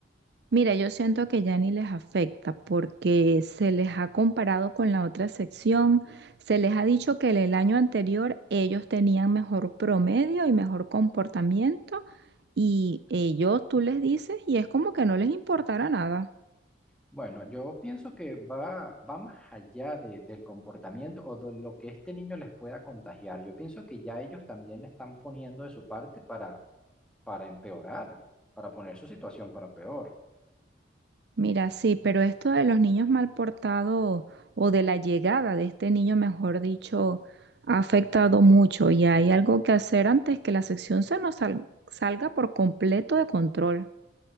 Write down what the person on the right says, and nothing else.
Mira, yo siento que ya ni les afecta porque se les ha comparado con la otra sección, se les ha dicho que en el año anterior ellos tenían mejor promedio y mejor comportamiento y ellos tú les dices y es como que no les importara nada.
Mira, sí, pero esto de los niños mal portados o de la llegada de este niño, mejor dicho, ha afectado mucho y hay algo que hacer antes que la sección se nos sal- salga por completo de control.